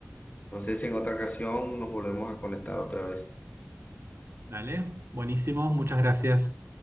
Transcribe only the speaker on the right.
Dale, buenísimo, muchas gracias.